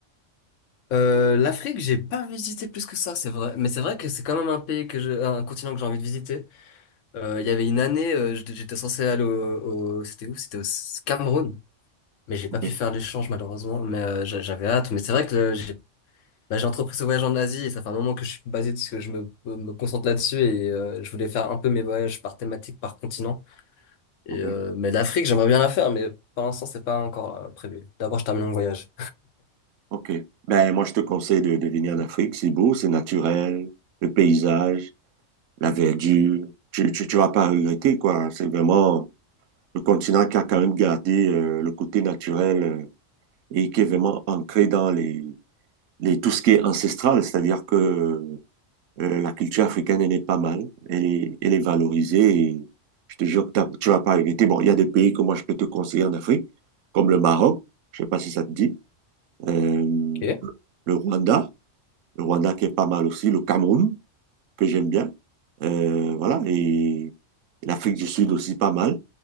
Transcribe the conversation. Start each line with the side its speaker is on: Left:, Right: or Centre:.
Left: Euh, l'Afrique, j'ai pas visité plus que ça, c'est vrai. Mais c'est vrai que c'est quand même un pays que je, un continent que j'ai envie de visiter. Euh, Il y avait une année, euh, j'étais j'étais censé aller au, au- c'était où? C'était au Cameroun. Mais j'ai
Right: Ok.
Left: pas pu faire l'échange malheureusement. Mais euh, j'a- j'avais hâte. Mais c'est vrai que euh, j'ai Bah, j'ai entrepris ce voyage en Asie et ça fait un moment que je suis basé parce que je me, me concentre là-dessus et euh, je voulais faire un peu mes voyages par thématique, par continent. Et,
Right: Ok.
Left: euh, mais l'Afrique, j'aimerais bien la faire, mais pour l'instant, c'est pas encore euh, prévu. D'abord, je termine mon voyage.
Right: Ok. Ben, moi, je te conseille de, de venir en Afrique. C'est beau, c'est naturel, le paysage, la verdure. Tu, tu, tu vas pas regretter, quoi. C'est vraiment... le continent qui a quand même gardé euh, le côté naturel euh, et qui est vraiment ancré dans les, les tout ce qui est ancestral, c'est-à-dire que euh, la culture africaine, elle est pas mal, elle est, elle est valorisée et je te jure que tu vas pas regretter. Bon, il y a des pays que moi je peux te conseiller en Afrique, comme le Maroc, je sais pas si ça te dit, euh,
Left: Ok.
Right: le Rwanda, le Rwanda qui est pas mal aussi, le Cameroun, que j'aime bien, euh, voilà, et l'Afrique du Sud aussi pas mal.